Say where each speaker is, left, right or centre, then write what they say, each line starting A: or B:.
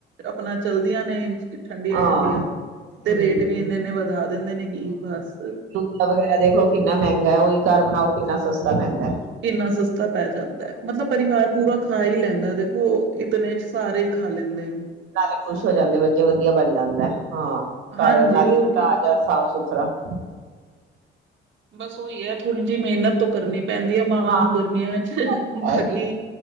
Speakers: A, on the right; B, on the right.
A: ਆਪਣਾ ਚਲਦੀਆਂ ਨੇ ਠੰਡੀਆਂ
B: ਹਾਂ
A: ਠੰਡੀਆਂ ਤੇ
B: ਹਮ
A: ਰੇਟ ਵੀ ਇੰਨੇ ਇੰਨੇ ਵਧਾ ਦਿੰਦੇ ਨੇ ਕੀ ਬਸ
B: ਅ ਦੇਖ ਲੋ ਕਿੰਨਾ ਮਹਿੰਗਾ ਉਹੀ ਘਰ ਬਣਾਓ ਕਿੰਨਾ ਸਸਤਾ ਪੈਂਦਾ।
A: ਕਿੰਨਾ ਸਸਤਾ ਪੈ ਜਾਂਦਾ ਮਤਲਬ ਪਰਿਵਾਰ ਪੂਰਾ ਖਾ ਹੀ ਲੈਂਦਾ ਦੇਖੋ ਇਤਨੇ ਚ ਸਾਰੇ ਹੀ ਖਾ ਲੈਂਦੇ ਨੇ।
B: ਨਾਲੇ ਖੁਸ਼ ਹੋ ਜਾਂਦੇ ਬੱਚੇ ਵਧੀਆ ਬਣ ਜਾਂਦਾ ਹਾਂ ਘਰ
A: ਹਾਂਜੀ,
B: ਨਾਲੇ
A: ਹੋਰ ਕੀ।
B: ਤਾ ਜਾ ਸਾਫ਼ ਸੁਥਰਾ। <inaudible>
A: ਬਸ ਉਹੀ ਹੈ ਥੋੜੀ ਜਿਹੀ ਮਿਹਨਤ ਤੋਂ ਕਰਨੀ ਪੈਂਦੀ ਹੈ ਮਾਵਾਂ
B: ਹਾਂ
A: ਨੂੰ ਗਰਮੀਆਂ ਚ
B: ਹੈ
A: ਬਾਕੀ
B: ਜੀ